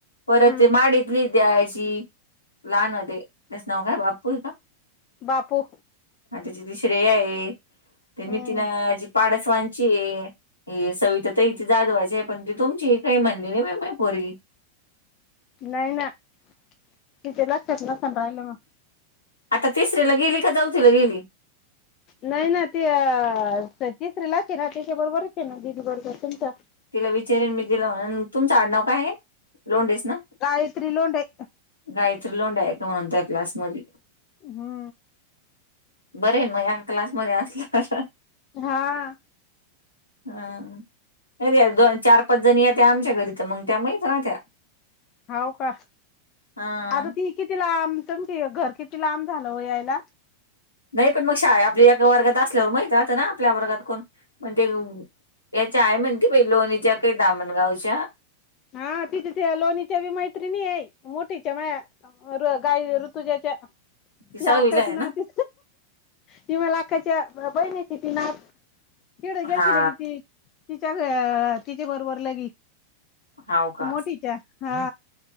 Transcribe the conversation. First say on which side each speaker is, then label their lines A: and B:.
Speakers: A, on the left; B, on the left.
A: परत
B: हम्म
A: माडीतली दवायची लहान ते त्याच नाव काय बापू आहे का?
B: बापू
A: आणि त्याची ती श्रेया ये त्या नितीनांची
B: हम्म
A: ताडसवांची ये. हे सविता ताई ती जाधवाची आहे पण ती तुमची काही म्हणली नाही माई पोरगी.
B: नाई ना तिच्या लक्षात नसणं राहिल म
A: आता तिसऱ्याला गेली का चौथीला गेली.
B: नाही ना ती अ तिसरीलाच हे ना तिच्या बरबरच ये ना दिदी बरोबर तुमच्या.
A: तिला विचारीन मी दिला म्ह तुमचं आडनाव काय आहे लोंडेचं ना
B: गायत्री लोंडेे.
A: गायत्री लोंडे हाय का म्हणून तुझ्या क्लास मधी
B: हा
A: बरे ये ना मग एका क्लासमध्ये असला कस
B: हा.
A: हं मं त्या दो चार पाच जणी येत्या आमच्या घरी तर मग त्या माहीत रांत्या
B: होव का
A: हा
B: आता ती किती लांब तुमची घर किती लांब झालं ओ यायला.
A: नाही पण मग शाळा आपली एका वर्गात असल्यावर माहित राहतं ना आपल्या वर्गात कोण म्हण ते याची आई म्हणती बाय लोणीच्या काही दामणगावच्या
B: हा ति तिथे लोणीच्या बी मैत्रिणी ये मोठीच्या माया. काय ऋतुज्याच्या
A: ती सहावीला
B: अक्काची
A: आहे
B: नाती
A: ना
B: ती मला आखाच्या बहीण य त ती ना तवड गेलतील
A: हा
B: कि ती तिच्या तिच्या बरोबर लगी.
A: हाव का
B: मोठीच्या हा